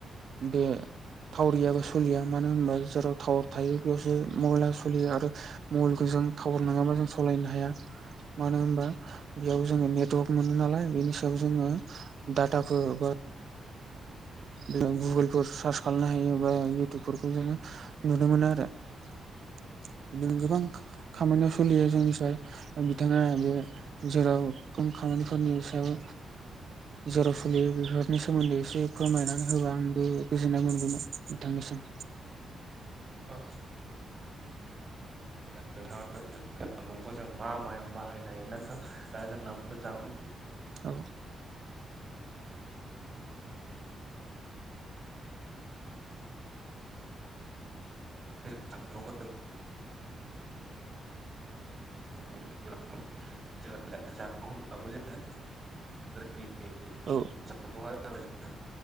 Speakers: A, on the right; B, on the right.
A: बे टावार गैयाबा सोलिया मानो होनोबा जेराव टावार थायो बेयावसो महला सोलियो आरो मबाइलखौ जों टावार नङाबा जों सालायनो हाया मानो होनबा बेयाव जोङो नेटवर्क मोनो नालाय बेनि सायाव जोङो डाटाफोर बा बे गुगोलफोर सार्च खालामनो हायो बा इउटुबफोरखौ जोङो नुनो मोनो आरो बिदिनो गोबां खामानियाव सोलियो जोंनिफ्राय बिथाङा बे जेराव खम खामानिफोरनि सायाव जेराव फुलि बेफोरनि सोमोन्दै एसे फोरमायनानै होबा आंबो गोजोननाय मोनगौमोन नोंथांनिसिम।
B: औ नोंथाङा जामबुंखौ जों मा मायाव बाहायनाय ना नोंथां दा जोंनाथ' जामबुं
A: औ
B: जामबुंखौ जों मोनगोन <unintelligible>
A: औ
B: जामबुं जाबाय